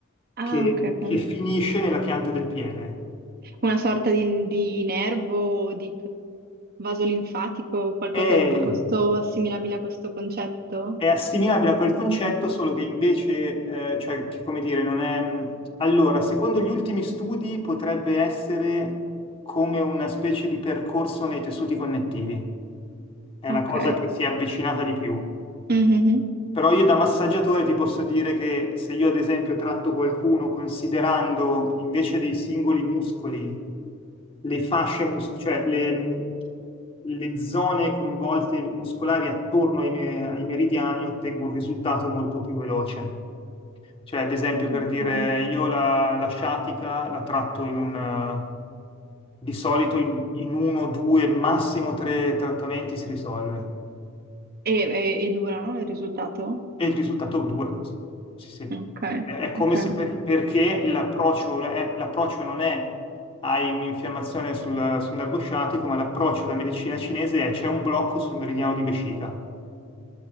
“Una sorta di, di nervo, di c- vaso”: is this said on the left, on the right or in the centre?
Right